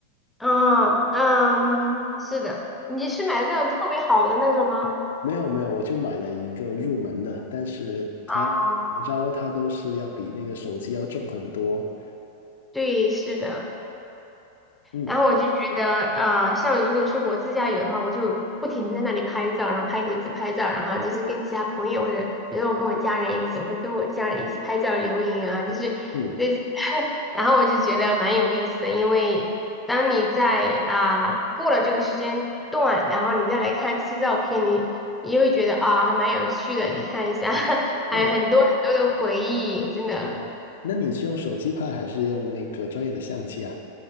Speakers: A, in the centre; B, on the left (about 60°).
A: 哦，嗯，是的，你是买的那种特别好的那种吗？
B: 没有没有，我就买了一个入门的，但是它怎么着它都是要比那个手机要重很多。
A: 啊，对，是的。
B: 嗯
A: 然后我就觉得，啊，像如果是我自驾游的话，我就不停的在那里拍照，然后拍一次拍照，然后就是跟其他朋友或者比如说我跟我家人一起，我会跟我家人一起拍照留影啊，就是这，
B: 嗯，
A: <laughs> 然后我就觉得蛮有意思的，因为当你在啊、过了这个时间段，然后你再来看这些照片，你你就会觉得啊、还蛮有趣的，你看一下，<laughs> 还有很多很多的回忆，
B: 是的，
A: 真的。
B: 是。那你是用手机拍还是用那个专业的相机啊？